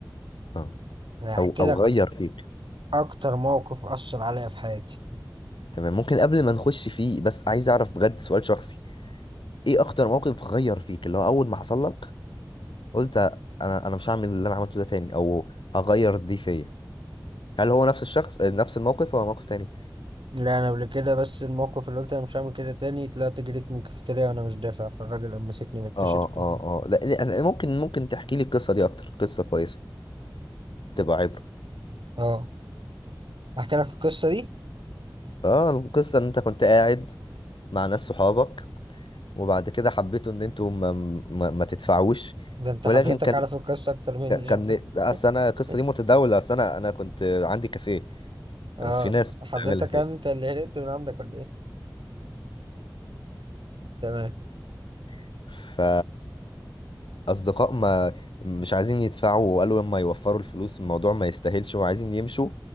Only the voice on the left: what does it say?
اه
أو أو
غير فيك
تمام ممكن قبل ما نخش فيه بس عايز أعرف بجد سؤال شخصي إيه أكتر موقف غير فيك اللي هو أول ما حصل لك قلت أنا أنا مش هعمل اللي أنا عملته ده تاني أو هغير دي فيا هل هو نفس الشخص آه، نفس الموقف ولا موقف تاني؟
اه
اه اه لا لا، ممكن ممكن تحكي لي القصة دي أكتر قصة كويسة تبقى عبرة
اه القصة ان انت كنت قاعد مع ناس صحابك وبعد كده حبيتوا ان انتوا ما, ما, ما تدفعوش
ولكن
كان
كان لا، اصل انا القصة
دي متداولة اصل انا انا كنت عندي كافيه
كان في ناس
بتعملها فيا
<laughs> ف اصدقاء ما مش عايزين يدفعوا وقالوا لما يوفروا الفلوس الموضوع ما يستاهلش وعايزين يمشوا